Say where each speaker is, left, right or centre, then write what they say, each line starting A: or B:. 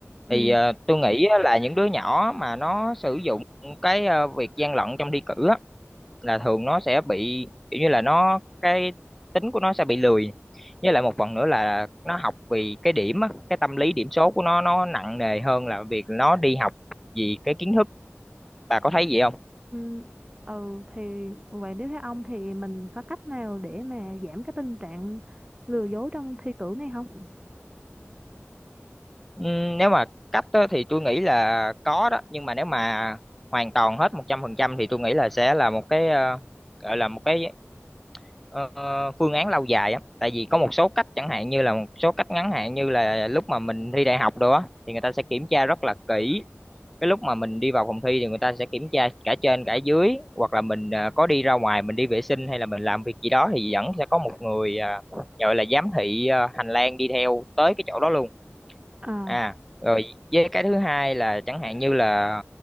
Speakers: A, on the right; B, in the centre.
A: ừ
B: thì ờ, tôi nghĩ á là những đứa nhỏ mà nó sử dụng cái ờ, việc gian lận trong thi cử á, là thường nó sẽ bị kiểu như là nó cái tính của nó sẽ bị lười với lại một phần nữa là nó học vì cái điểm á, cái tâm lý điểm số của nó nó nặng nề hơn là việc nó đi học vì cái kiến thức bà có thấy vậy không
A: ừ, ừ thì vậy nếu theo ông thì mình có cách nào để mà giảm cái tình trạng lừa dối trong thi cử này không
B: Ừm, nếu mà cách á, thì tôi nghĩ là có đó nhưng mà nếu mà hoàn toàn hết một trăm phần trăm thì tôi nghĩ là sẽ là một cái ờ, gọi là một cái ờ, phương án lâu dài á tại vì có một số cách chẳng hạn như là một số cách ngắn hạn như là lúc mà mình thi đại học đồ á thì người ta sẽ kiểm tra rất là kỹ cái lúc mà mình đi vào phòng thi thì người ta sẽ kiểm tra cả trên cả dưới hoặc là mình ờ, có đi ra ngoài mình đi vệ sinh hay là mình làm việc gì đó thì vẫn sẽ có một người ờ, gọi là giám thị ờ, hành lang đi theo tới cái chỗ đó luôn
A: à
B: à rồi với cái thứ hai là chẳng hạn như là